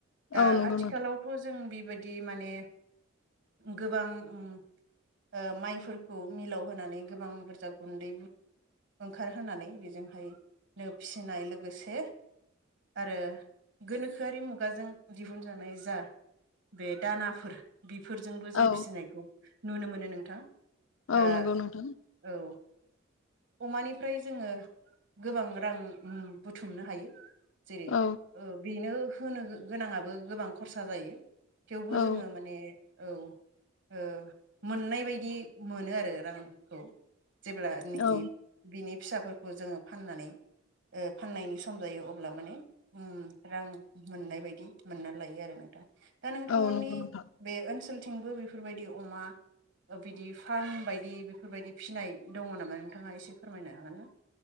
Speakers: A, on the right; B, on the left.
A: दा
B: औ नंगौ
A: आथिखालावथ'
B: नोंथां
A: जों बे बेफोर बायदि माने गोबां उम ओ माइफोर खौ मिलाव होनानै गोबां बुरजा गुन्दै ओंखार होनानै बेजोंहाय नो फिसिनाय लोगोसे आरो गोनोखोआरि मुगाजों दिहुनजानाय जा बे दानाफोर बेफोरजोंबो जों
B: औ
A: फिसिनायखौ नुनो मोनो नों थां।
B: औ
A: आ
B: नंगौ नोंथां
A: औ। अमानिफ्राय जोङो गोबां रां उम ओ बुथुमनो हायो। जेरै
B: औ
A: ओ बेनो हो होनो गोनांङाबो गोबां खरसा जायो। थेवबो
B: औ
A: जोङो माने औ ओ मोननाय बायदि मोनो आरो रां खौ। जेब्ला निखि
B: औ
A: बिनि फिसाफोरखौ जोङो फाननानै ओ फाननायनि सम जायो अब्ला माने उम रां मोननाय बायदि मोननानै लायो आरो नोंथां। दा नोंथां
B: औ
A: मोननि
B: नंगौ नोंथां
A: बे ओनसोल थिंबो बेफोर बायदि अमा बिदि फार्म बायदि बेफोर बायदि फिसिनाय दंङ नामा नोंथांङा एसे फोरमायनो हागोन ना?